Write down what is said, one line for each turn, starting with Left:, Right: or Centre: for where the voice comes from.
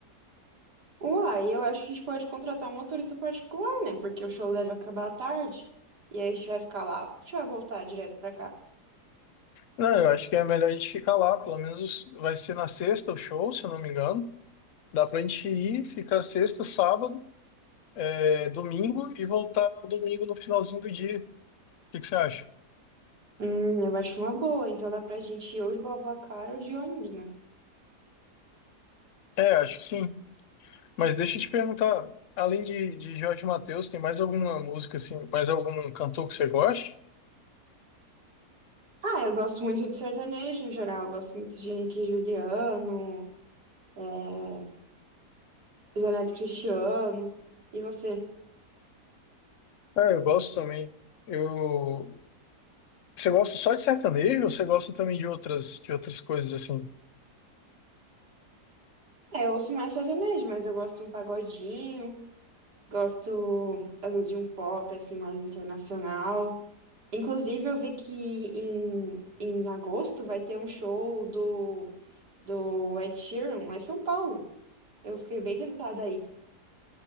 Right: Uai, eu acho que a gente pode contratar um motorista particular, né? Porque o show deve acabar à tarde. E aí a gente vai ficar lá ou a gente vai voltar direto pra cá?
Left: Não, eu acho que é melhor a gente ficar lá, pelo menos vai ser na sexta o show, se eu não me engano. Dá pra gente ir, ficar sexta, sábado, é, domingo e voltar domingo no finalzinho do dia. O que que você acha?
Right: Hum, eu acho uma boa. Então dá pra gente ir ou de BlaBlaCar ou de ônibus, né?
Left: É, acho que sim. Mas deixa eu te perguntar, além de, de Jorge Mateus, tem mais alguma música assim, mais algum cantor que você goste?
Right: Ah, eu gosto muito de sertanejo em geral. Eu gosto muito de Henrique e Juliano, é, Zé Neto e Cristiano. E você?
Left: Ah, eu gosto também. Eu Você gosta só de sertanejo ou você gosta também de outras, de outras coisas assim?
Right: É, eu ouço mais sertanejo, mas eu gosto de um pagodinho, gosto às vezes de um pop assim mais internacional. Inclusive, eu vi que em, em agosto vai ter um show do, do Ed Sheeran lá em São Paulo. Eu fiquei bem tentada aí.